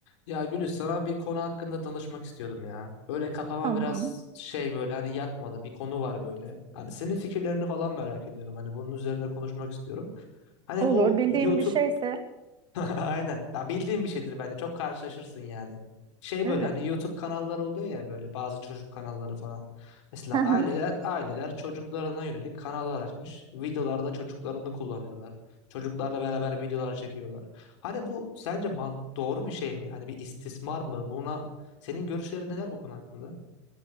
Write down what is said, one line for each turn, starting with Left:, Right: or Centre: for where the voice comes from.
Left: Ya Gülüş sana bir konu hakkında danışmak istiyordum ya. Böyle kafama
Right: Tamam.
Left: biraz şey böyle hani yatmadı bir konu var böyle. Hani senin fikirlerini falan merak ediyorum. Hani bunun üzerine konuşmak istiyorum. Hani
Right: Olur.
Left: bu YouTube
Right: E,
Left: <laughs> Aynen. Ya bildiğim bir şeydir bence. Çok karşılaşırsın yani. Şey
Right: Evet.
Left: böyle hani YouTube kanalları oluyor ya böyle bazı çocuk kanalları falan. Mesela
Right: Hı
Left: aileler
Right: hı.
Left: aileler çocuklarına yönelik kanallar açmış. Videolarda çocuklarını kullanıyorlar. Çocuklarla beraber videolar çekiyorlar. Hani bu sence man- doğru bir şey mi? Hani bir istismar mı? Buna senin görüşlerin neler bu konu hakkında?